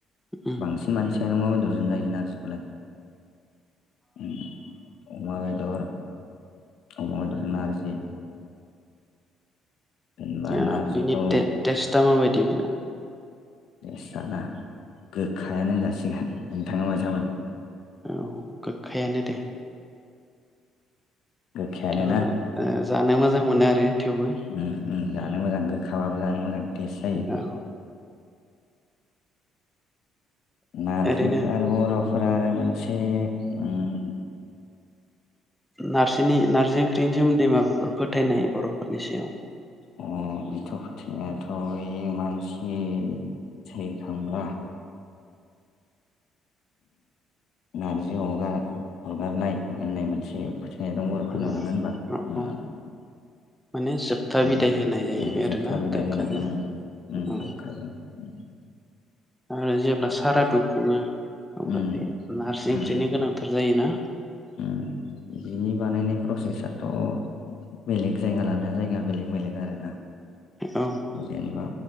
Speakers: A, in the centre; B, on the left.
A: उम
B: बांसिन मानसि जानो मा बेदरजों जायो नारजिखौलाय उम अमाबेदर अमाबदेरजों नारजि जे एनबा
A: आ,
B: नारजिखौ
A: बिनि टे- टेस्टआ माबायदि बेना
B: देसाना गोखायानो होनजा सिगोन नोंथाङा मायसा मोनो
A: औ गोखायानो दे
B: गोखायानो
A: थेवबाबो
B: ना
A: ओ जानो मोजां मोनो आरो थेवबो
B: उम उम जानो मोजां गोखाबाबो जानो मोजां टेस जायो
A: औ
B: नारजिखो
A: ओरैनो
B: आरो बर'फोरा आरो मोनसे उम
A: नारजिनि नारजि ओंख्रिनि सोमोन्दै माबाफोर फोथायनाय बर'फोरनि सायाव
B: अ बिथ' फोथायनायाथ' ओइ मानसि थैखांब्ला नारजिअगा अरगारनाय होननाय मोनसे फो थे दं बर'फोरनाव
A: औ
B: नोंङो होनबा
A: औ
B: ओ
A: औ माने जोबथा
B: ओं
A: बिदाय होनाय जाहैबाय
B: ओं जोबथा
A: आरोना
B: बिदइ
A: गोखाजों
B: होनाय ओं ओं
A: औ
B: जोबथाजों ओं
A: आरो जेब्ला सारादु खुङो अब्लाथाय
B: उम
A: नारजि
B: उम
A: ओंख्रिनो गोनांथार जायोना
B: उम बिनि बानायनाय प्रसेसाथ' बेलेग जायगा लाना जायगा बेलेग बेलेग आरोना
A: औ
B: जेनबा